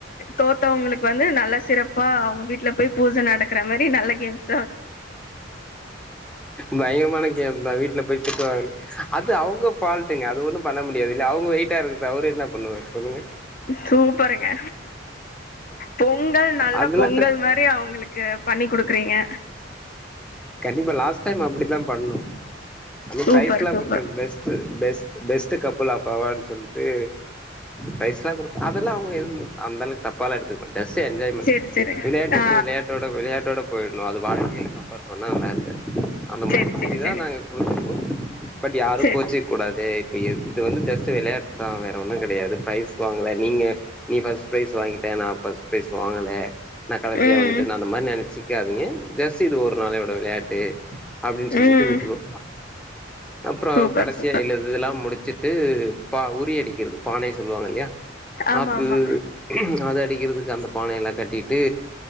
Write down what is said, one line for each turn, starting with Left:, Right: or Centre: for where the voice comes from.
Left: தோத்தவங்களுக்கு வந்து நல்ல சிறப்பா அவங்க வீட்ல போய் பூஜை நடக் கற மாரி நல்ல கேம்ஸ்
Centre: பயங்கரமான கேம்ந்தா வீட்ல போய் திட்டுவாங்க அது அவ்ங்க ஃபால்ட்டுங்க அது ஒண்ணு பண்ண முடியாது இல்ல அவங்க வெயிடிட்டா இருக்கறத அவரு என்ன பண்ணுவாரு சொல்லுங்க
Left: சூப்பருங்க பொங்கல் நல்ல
Centre: அதெல்லா
Left: பொங்கல் மாரி அவங்களுக்கு பண்ணி குடுக்கறீங்க
Centre: கண்டிப்பா லாஸ்ட் டைம் அப்டி தா பண்ணோ அ
Left: சூப்பர்
Centre: ப்ரைஸ்லா
Left: super
Centre: குடுத்தோ best best best couple of அவார்ட்டுன் சொல்ட்டு பிரைஸ்லா குடுத்தோ அதெல்லா அவங்க எதும் அந்த அளவு தப் பால்லா எடுத்துக்கமாட்டாங் ஜஸ்ட் என்ஜாய்மெண்ட்
Left: சேரி சேரி
Centre: விளையாட்டு
Left: ஆ
Centre: வந்து விளையாட்டோட விளையாட்டோட போயிட்ணு அது வாழ்க்கைல ஒன்னா <unintelligible> அந்த மாறி
Left: சேரி
Centre: சொல்லி
Left: சேரி
Centre: தா
Left: சேரி
Centre: நாங்க குடுத்துருக்கோ பட் யாரு
Left: சேரிங்க
Centre: கோச்சிக் கூடாது இப்ப இது வந்து ஜஸ்ட் விளையாட்டு தா வேற ஒன்னு கெடையாது ப்ரைஸ் வாங்கல நீங்க நீ பர்ஸ்ட் பிரைஸ் வாங்கிட்டே நா பர்ஸ்ட் பிரைஸ் வாங்கல நா கடைசியா
Left: ம்
Centre: வந்துட்டேன் நா அந்த மாரி நொனைச்சிக்காதீங்க ஜஸ்ட் இது ஒரு நாளையோட விளையாட்டு அப்டின் சொல்லிட்டு
Left: ம்
Centre: விட்ருவோ அப்பறம்
Left: சூப்பர்
Centre: கடைசியா
Left: சூப்பர்
Centre: எழுது இதெல்லா முடிச்சுட்டு பா உரியடிக்கிறது பானை சொல்லுவாங்க இல்லையா
Left: ஆமா
Centre: அது
Left: ஆமா
Centre: அத அடிக்கிறதுக்கு அந்த பானையொல்லா கட்டிட்டு